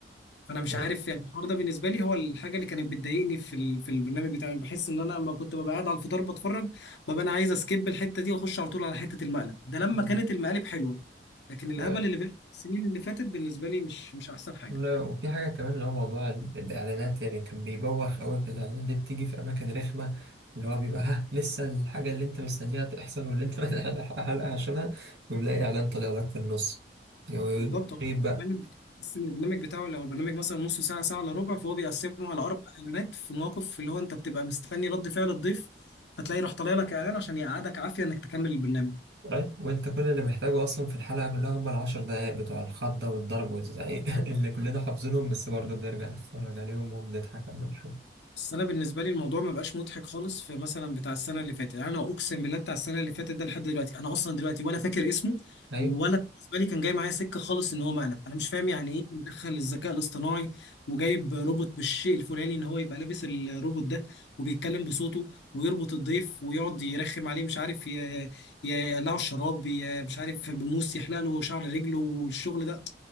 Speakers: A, on the left; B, on the right.
A: فانا مش
B: يعني
A: عارف يعني الحوار ده بالنسبه لي هو الحاجه اللي كانت بتضايقني في ال- في البرنامج بتاعي بحس ان انا لما كنت ببقى قاعد على الفطار بتفرج ببقى انا عايز اسكيب الحته دي واخش على طول على حته المقلب ده لما
B: مم.
A: كانت المقالب حلوه لكن الهبل
B: طيب،
A: اللي بيحصل السنين اللي فاتت بالنسبه لي مش مش احسن حاجه
B: لا وفي حاجة كمان اللي هو موضوع ال- الإعلانات يعني كان بيبوخ أوي في الإعلانات دي بتيجي في أماكن رخمة اللي هو بيبقى ها لسه الحاجة اللي أنت مستنيها تحصل واللي أنت <laughs> ملحق حلقة عشانها تقوم لاقي إعلان طالع لك في النص غريب
A: بالظبط هو
B: بقى
A: كمان بيقسم البرنامج بتاعه لو البرنامج مثلا نص ساعه ساعه الا ربع فهو بيقسمه على اربع اعلانات في مواقف اللي هو انت بتبقى مستني رد فعل الضيف فتلاقي راح طالع لك اعلان عشان يقعدك عافيه انك تكمل البرنامج
B: طيب وانت كل اللي محتاجه اصلا في الحلقه كلها هم العشر دقايق بتوع الخضه والضرب والزعيق <laughs> اللي كلنا حافظينهم بس برضه بنرجع نتفرج عليهم وبنضحك لما نشوف
A: بس انا بالنسبه لي الموضوع ما بقاش مضحك خالص في مثلا بتاع السنه اللي فاتت يعني انا اقسم بالله بتاع السنه اللي فاتت ده لحد دلوقتي انا اصلا دلوقتي ولا فاكر اسمه
B: ايوه
A: ولا بالنسبه لي كان جاي معايا سكه خالص ان هو مقلب انا مش فاهم يعني ايه مدخل الذكاء الاصطناعي وجايب روبوت بالشيء الفلاني ان هو يبقى لابس الروبوت ده وبيتكلم بصوته ويربط الضيف ويقعد يرخم عليه مش عارف ي- يقلعه الشراب ي- مش عارف بموس يحلق له شعر رجله والشغل ده